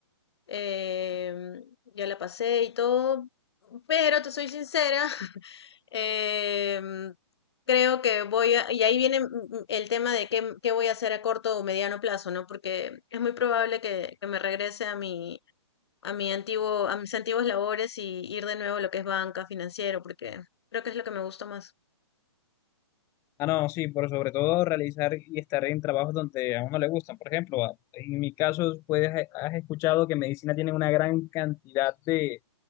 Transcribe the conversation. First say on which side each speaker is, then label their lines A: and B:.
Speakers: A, on the left; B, on the left.
A: em, ya la pasé y todo, pero te soy sincera, Em, creo que voy a, y ahí viene mm, mm, el tema de qué, qué voy a hacer a corto o mediano plazo, ¿no? Porque es muy probable que, que me regrese a mi, a mi antiguo, a mis antiguos labores y ir de nuevo a lo que es banca, financiero, porque creo que es lo que me gusta más.
B: Ah, no, sí, por sobre todo realizar y estar en trabajos donde a uno le gustan. Por ejemplo, a- en mi caso, pues ha- has escuchado que medicina tiene una gran cantidad de